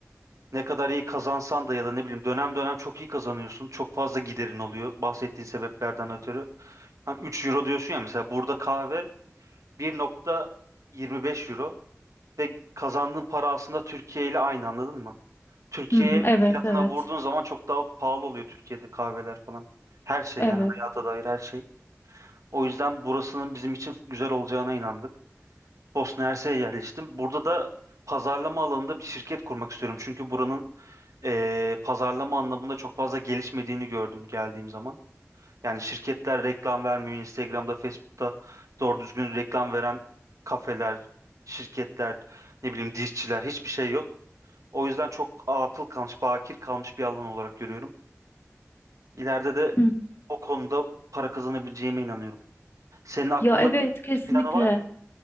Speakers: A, on the right (about 90°); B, on the left (about 50°).
A: Ne kadar iyi kazansan da ya da ne bileyim dönem dönem çok iyi kazanıyorsun. Çok fazla giderin oluyor bahsettiğin sebeplerden ötürü. Hani 3 euro diyorsun ya mesela burada kahve 1.25 euro ve kazandığın para aslında Türkiye ile aynı anladın mı? Türkiye
B: Hı hı, evet,
A: fiyatına
B: evet,
A: vurduğun zaman çok daha pahalı oluyor Türkiye'de kahveler falan. Her şey
B: evet.
A: yani hayata dair her şey. O yüzden burasının bizim için güzel olacağına inandık. Bosna Hersek'e yerleştim. Burada da pazarlama alanında bir şirket kurmak istiyorum. Çünkü buranın e, pazarlama anlamında çok fazla gelişmediğini gördüm geldiğim zaman. Yani şirketler reklam vermiyor. Instagram'da, Facebook'ta doğru düzgün reklam veren kafeler, şirketler, ne bileyim dişçiler hiçbir şey yok. O yüzden çok atıl kalmış, bakir kalmış bir alan olarak görüyorum. İleride de
B: Hı hı.
A: o konuda para kazanabileceğime inanıyorum. Senin aklında
B: Ya evet,
A: bir
B: kesinlikle.
A: planı var mı?